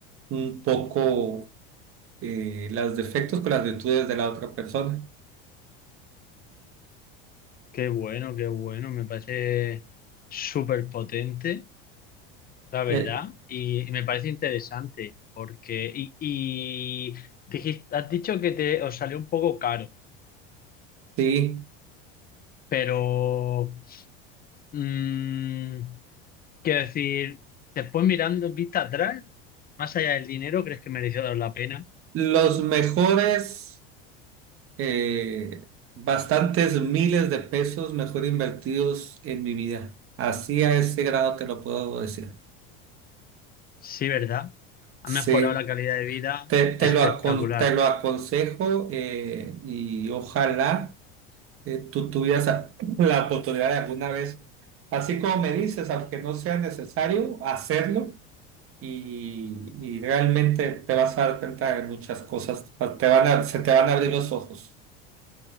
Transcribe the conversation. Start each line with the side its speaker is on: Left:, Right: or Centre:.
Right: un poco eh, los defectos con las virtudes de la otra persona.
Left: qué bueno, qué bueno. Me parece súper potente. La verdad,
Right: Eh,
Left: y, y me parece interesante porque y, y dijis- has dicho que te os salió un poco caro,
Right: sí,
Left: pero mm, quiero decir, después mirando en vista atrás, más allá del dinero, ¿crees que mereció la pena?
Right: los mejores, eh, bastantes miles de pesos mejor invertidos en mi vida. Así a ese grado te lo puedo decir.
Left: Sí, ¿verdad? Ha
Right: Sí,
Left: mejorado la calidad de vida
Right: te, te
Left: espectacular.
Right: lo, acon- te lo aconsejo eh, y ojalá eh, tú tuvieras <laughs> a- la oportunidad de alguna vez, así como me dices, aunque no sea necesario hacerlo y, y realmente te vas a dar cuenta de muchas cosas, te van a, se te van a abrir los ojos.